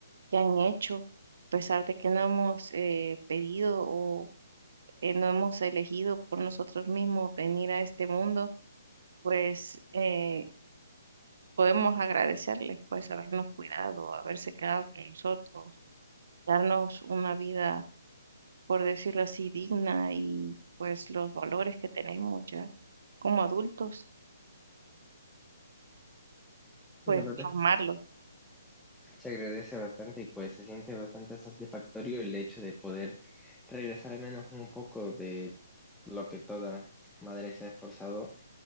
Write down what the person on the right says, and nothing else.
que han hecho, a pesar de que no hemos eh, pedido o eh, no hemos elegido por nosotros mismos venir a este mundo, pues eh, podemos agradecerles, pues habernos cuidado, haberse quedado con nosotros, darnos una vida, por decirlo así, digna y pues los valores que tenemos ya como adultos,
pues
plasmarlos.